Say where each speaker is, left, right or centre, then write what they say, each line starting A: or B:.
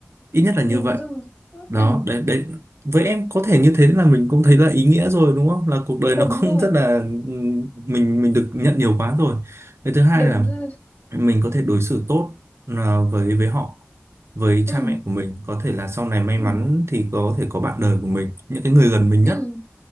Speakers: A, on the right; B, on the left.
A: ít nhất là như
B: ừ,
A: vậy
B: đúng rồi.
A: đó
B: Ừ,
A: đấy đấy với em có thể như thế là mình cũng thấy là ý nghĩa rồi đúng không là cuộc đời nó
B: đúng
A: <laughs> cũng
B: rồi,
A: rất là ừm, mình mình được nhận nhiều quá rồi cái thứ hai
B: đúng
A: là
B: rồi.
A: mình có thể đối xử tốt à, với với họ với
B: Ừ,
A: cha mẹ của mình có thể là sau này may
B: ừ,
A: mắn thì có thể có bạn đời của mình những cái người gần mình
B: ừ,
A: nhất